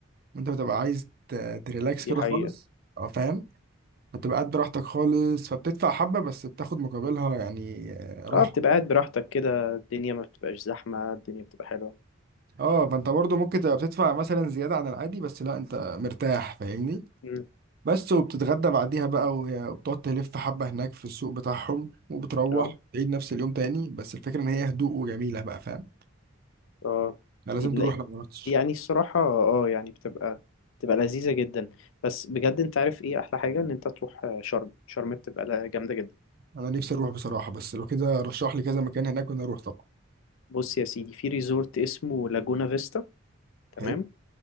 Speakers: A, on the right; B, on the left.
A: انت بتبقى عايز ت- تريلاكس
B: دي
A: كده
B: حقيقة
A: خالص اه فاهم بتبقى قاعد براحتك خالص فبتدفع حبة بس بتاخد مقابلها يعني آه، راحة
B: اه بتبقى قاعد براحتك كده الدنيا ما بتبقاش زحمة الدنيا بتبقى حلوة
A: اه فانت برضو ممكن تبقى بتدفع مثلا زيادة عن العادي بس لا انت مرتاح فاهمني
B: مم.
A: بس وبتتغدى بعديها بقى وهي- وبتقعد تلف حبة هناك في السوق بتاعهم وبتروح
B: اه
A: تعيد نفس اليوم تاني بس الفكرة ان هي هدوء وجميلة بقى فاهم
B: اه
A: انا لازم
B: ال-
A: تروح لو ما رحتش
B: يعني الصراحة اه يعني بتبقى بتبقى لذيذة جدا بس بجد انت عارف ايه احلى حاجة ان انت تروح آه، شرم شرم بتبقى لا- جامدة جدا
A: انا نفسي اروح بصراحة بس لو كده رشح لي كذا مكان هناك وانا اروح طبعا
B: بص يا سيدي في ريزورت اسمه لاجونا فيستا تمام
A: حلو